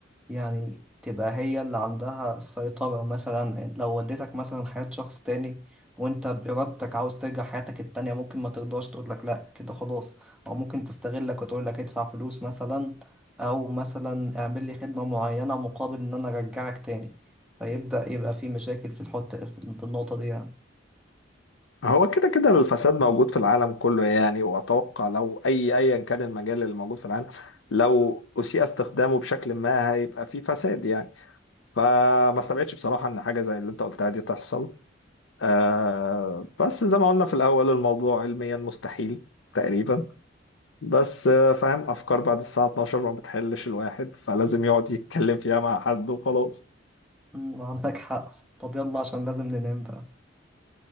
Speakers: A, in the centre; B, on the left.
A: يعني تبقى هي اللي عندها السيطرة مثلا لو وديتك مثلا حياة شخص تاني وانت بإرادتك عاوز ترجع حياتك التانية ممكن ما ترضاش تقولك لأ كده خلاص أو ممكن تستغلك وتقولك ادفع فلوس مثلا أو مثلا اعمل لي خدمة معينة مقابل إن أنا أرجعك تاني فيبدأ يبقى في مشاكل في الحط في في النقطة دي يعني
B: هو كده كده الفساد موجود في العالم كله يعني واتوقع لو اي ايا كان المجال اللي موجود في العالم لو اسيء استخدامه بشكل ما هيبقى فيه فساد يعني فما استبعدش بصراحة ان حاجة زي اللي انت قلتها دي تحصل آه بس زي ما قلنا في الاول الموضوع علميا مستحيل تقريبا بس آه فاهم افكار بعد الساعة 12 ما بتحلش الواحد فلازم يقعد يتكلم فيها مع حد وخلاص
A: أمم، عندك حق طب يلا عشان لازم ننام بقى